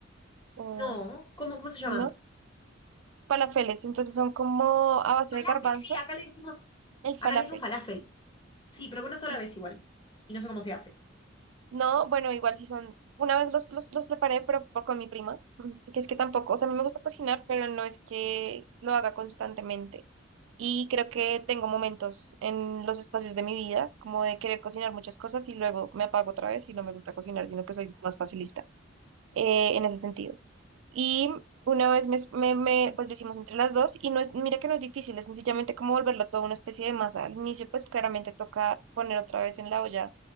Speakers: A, on the right; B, on the left.
A: o
B: No, ¿cómo, cómo se llama?
A: ¿no? Falafeles, entonces son como a base
B: Falafel,
A: de garbanzo,
B: sí, acá le decimos,
A: el falafel,
B: acá le decimos falafel. Sí, pero bueno, sola
A: sí.
B: vez igual. Y no sé cómo se hace.
A: No, bueno, igual si son, una vez los, los, los preparé, pero por- con mi prima, mm, que es que tampoco, o sea, a mí me gusta cocinar, pero no es que lo haga constantemente. Y creo que tengo momentos en los espacios de mi vida, como de querer cocinar muchas cosas y luego me apago otra vez y no me gusta cocinar, sino que soy más facilista eh, en ese sentido. Y una vez me, me, me- pues lo hicimos entre las dos y no es, mira que no es difícil, es sencillamente como volverlo todo una especie de masa. Al inicio pues claramente toca poner otra vez en la olla